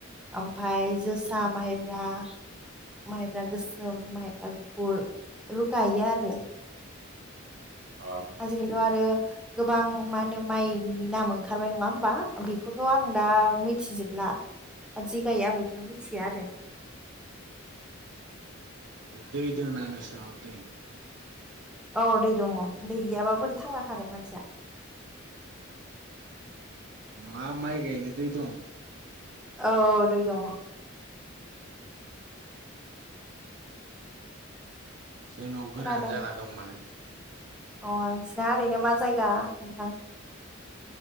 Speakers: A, in the centre; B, on the right.
A: ओमफ्राय जोसा माइ रा माइब्रा गोसोम, माइब्रा गुफुर बेफोर गायो आरो।
B: अ
A: आजिखालिथ' आरो गोबां मा होनो माइनि नाम ओंखारबाय नङा होमबा बेखौथ' आं दा मिथिजोबला। ओ जि गायो आं बेखौनो मिथिया आरो
B: दै दोना नोंसोनाव दै?
A: औ दै दङ दै गैयाब्ला बोरै थांना थागोन मानसिया।
B: ना माइ गायनो दै दं?
A: औ दै दङ।
B: जोंनाव गोरान
A: खोनादों
B: जाना दं माने
A: अ नोंसिना ओरैनो मा जायगा नोंथां?